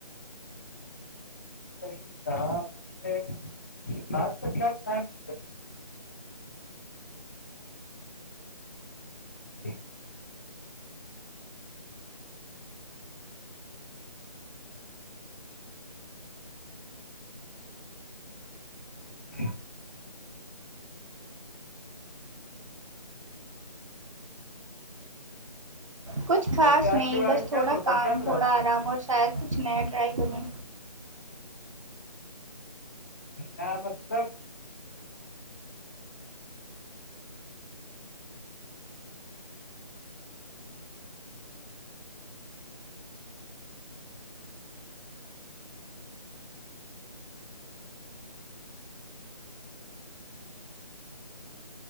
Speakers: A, on the left; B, on the right.
A: <unintelligible> <inaudible> <unintelligible>
B: کچھ خاص
A: ویسے آج
B: نہیں
A: کے بارے
B: بس
A: میں کیا
B: تھوڑا
A: سوچا
B: کام
A: کیا پلان
B: تھوڑا
A: ہے
B: آرام
A: تیرا
B: اور شاید کچھ نیا ٹرائی کروں
A: کیا مطلب <inaudible>